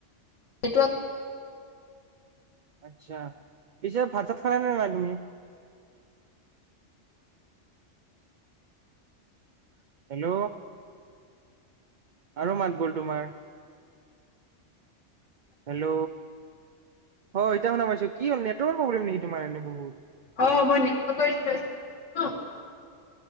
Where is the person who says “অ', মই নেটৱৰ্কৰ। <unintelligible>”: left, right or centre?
Left